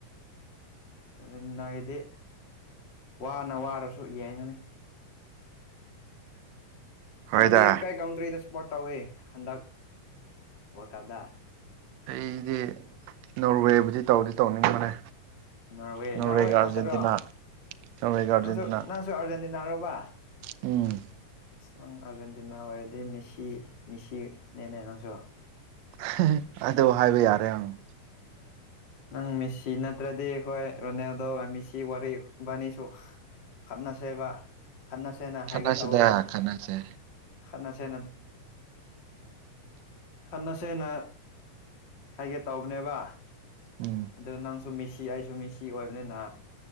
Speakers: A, on the left (about 35°); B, on the right (about 70°).
A: ꯑꯥꯔꯖꯦꯟꯇꯤꯅꯥꯒꯤꯗꯤ ꯋꯥꯅ ꯋꯥꯔꯁꯨ ꯌꯦꯡꯉꯅꯤ <unintelligible>
B: ꯍꯣꯏꯗ
A: ꯅꯪꯗ ꯀꯩ ꯀꯟꯇ꯭ꯔꯤꯗ ꯁ꯭ꯄꯣꯔꯠ ꯇꯧꯋꯦ ꯍꯟꯗꯛ ꯋꯥꯔꯜ ꯀꯞꯗꯥ
B: ꯑꯩꯗꯤ ꯅꯣꯔꯋꯦꯕꯨꯗꯤ ꯇꯧꯗꯤ ꯇꯧꯅꯤꯡꯕꯅꯦ
A: ꯅꯣꯔꯋꯦ
B: ꯅꯣꯔꯋꯦꯒ
A: ꯅꯣꯔꯋꯦ ꯈꯇꯔꯣ
B: ꯑꯥꯔꯖꯦꯟꯇꯤꯅꯥ ꯅꯣꯔꯋꯦꯒ ꯑꯥꯔꯖꯦꯟꯇꯤꯅꯥ
A: ꯅꯪꯁꯨ ꯅꯪꯁꯨ ꯑꯥꯔꯖꯦꯟꯇꯤꯅꯥꯔꯣꯕꯥ
B: ꯎꯝ
A: ꯑꯁ ꯅꯪ ꯑꯥꯔꯖꯦꯟꯇꯤꯅꯥ ꯑꯣꯏꯔꯗꯤ ꯃꯦꯁꯤ ꯃꯦꯁꯤꯅꯦꯅꯦ ꯅꯪꯁꯨ
B: <unintelligible> ꯑꯗꯨ ꯍꯥꯏꯕ ꯌꯥꯔꯦ ꯍꯪꯉꯣ
A: ꯅꯪ ꯃꯦꯁꯤ ꯅꯠꯇ꯭ꯔꯗꯤ ꯑꯈꯣꯏ ꯔꯣꯅꯥꯜꯗꯣꯒ ꯃꯦꯁꯤ ꯋꯥꯔꯤ ꯢꯕꯥꯟꯅꯤꯁꯨ ꯈꯠꯅꯁꯦꯕ ꯈꯠꯅꯁꯦꯅ ꯍꯥꯏꯒꯦ
B: ꯈꯠꯅꯁꯤꯗ
A: ꯇꯧꯕ
B: ꯈꯠꯅꯁꯦ
A: ꯈꯠꯅꯁꯦꯅ ꯈꯠꯅꯁꯦꯅ ꯍꯥꯏꯒꯦ ꯇꯧꯕꯅꯦꯕ
B: ꯎꯝ
A: ꯑꯗꯣ ꯅꯪꯁꯨ ꯃꯦꯁꯤ ꯑꯩꯁꯨ ꯃꯦꯁꯤ ꯑꯣꯏꯕꯅꯤꯅ